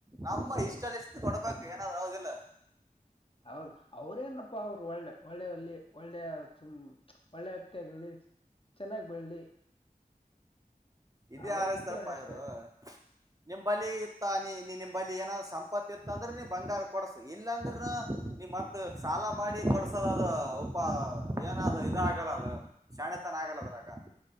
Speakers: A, on the right; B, on the left.
A: ನಮ್ಮ ಇಷ್ಟಷ್ಟ ಕೊಡ್ಬೇಕು ಏನಾದ್ೂ ಹದಿಲ್ಲ
B: ಹೌದು ಅವ್ರೇನಪ್ಪಾ ಅವರು ಒಳ್ಳೆ ಒಳ್ಳೆವಲ್ಲಿ ಒಳ್ಳೆು ಒಳ್ಳೆ ವ್ಯಕ್ತಿ ಆಗರ್ಲಿ ಚೆನ್ನಾಗ್ ಬೆಳಲಿ
A: ಇದೇ
B: ಅವ
A: ಆರಸ್ತಾರಪ್ಪಯರು
B: ಇದು ಅಷ್ಟೇ
A: ನಿ ಬಲಿ ಇತ್ತಾನ ನೀ ನಿಮ್ಮ ಬಳಲಿ ಏನಾದ ಸಂ ಇಪ್ಪತ್ತ ಇತ್ತ ಅಂದ್ರೆ ನೀ ಬಂಗಾರ ಕೊಡ್ಸ ಇಲ್ಲಾಂದ್ರ ನೀ್ ಮತ್ ಸಾಲ ಮಾಡಿ ಕೊಡ್ಸದ ಅದ ಉಪ ಏನಾದ್ ಇದ ಆಗಲ್ಲ ಅದು ಶಾಣೆತನ ಆಗಲ್ಲದ್ರಾಗ